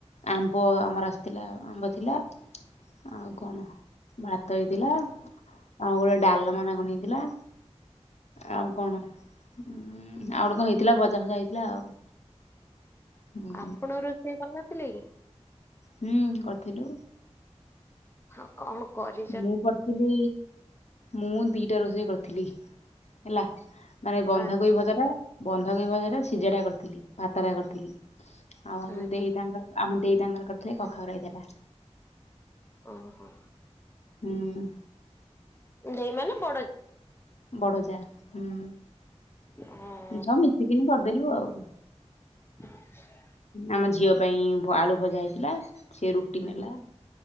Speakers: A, on the left; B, on the left.
A: ଆମ୍ବ ଆମର ଆସିଥିଲା ଆମ୍ବ ଥିଲା। ଆଉ କଣ ଭାତ ହେଇଥିଲା ଆଉ ଗୋଟେ ଡାଲମା ନା କଣ ହେଇ ହେଇଥିଲା। ଆଉ କଣ? ଆଉ ଗୋଟେ କଣ ହେଇଥିଲା ଭଜା ଫଜା ହେଇଥିଲା ଆଉ ହୁଁ
B: ଆପଣ ରୋଷେଇ କରି ନ ଥିଲେ କି?
A: ହୁଁ କରିଥିଲୁ।
B: ହଉ କଣ କରି
A: ମୁଁ କରିଥିଲି, ମୁଁ ଦିଟା ରୋଷେଇ କରିଥିଲି ହେଲା। ମାନେ ବନ୍ଧାକୋବି
B: ଆଚ୍ଛା
A: ଭଜାଟା ବନ୍ଧାକୋବି ଭଜାଟା ସିଝାଟା କରିଥିଲି, ଭାତଟା କରିଥିଲି। ଆଉ ଆମ
B: ଆଚ୍ଛା
A: ଦେଇ ତାଙ୍କର ଆମ ଦେଇ ତାଙ୍କର କରିଥିଲେ କଖାରୁ ରାଇତାଟା।
B: ଓହୋ।
A: ହୁଁ।
B: ଦେଇ ମାନେ ବଡ।
A: ବଡ଼ଜା ହୁଁ।
B: ହଁ।
A: ହଁ ମିଶିକିନି କରିଦେଲୁ ଆଉ।
B: ହୁଁ ସେଇଆ।
A: ଆମ ଝିଅ ପାଇଁ ଆଳୁ ଭଜା ହେଇଥିଲା। ସେ ରୁଟି ନେଲା।